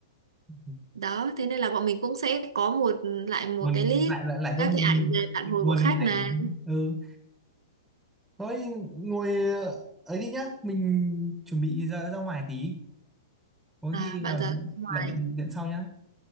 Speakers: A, in the centre; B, on the right.
A: ừ,
B: đó thế nên là bọn mình cũng sẽ có một lại một
A: nguồn
B: cái list
A: lại lại lại
B: các
A: có nguồn
B: cái ảnh về phản hồi
A: nguồn
B: của khách
A: ảnh
B: này
A: ừ thôi ngồi ờ, ấy đi nhá mình chuẩn bị ra ra ngoài tí có
B: à
A: khi nào
B: bạn ra ngoài
A: lại điện điện sau nhá